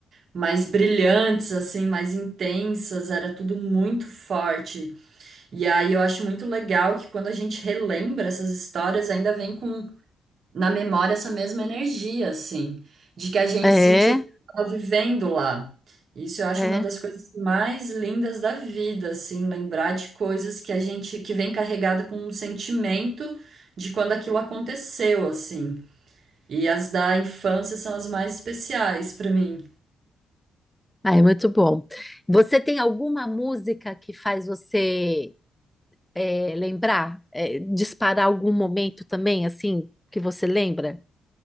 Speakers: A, on the right; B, in the centre.
A: mais brilhantes, assim, mais intensas, era tudo muito forte. E aí eu acho muito legal que quando a gente relembra essas histórias, ainda vem com na memória essa mesma energia, assim, de que a gente
B: é,
A: sentiu que estava vivendo lá. Isso eu acho
B: é.
A: uma das coisas mais lindas da vida, assim, lembrar de coisas que a gente que vem carregada com um sentimento de quando aquilo aconteceu, assim. E as da infância são as mais especiais para mim.
B: Ai, muito bom. Você tem alguma música que faz você é, lembrar, é, disparar algum momento também, assim, que você lembra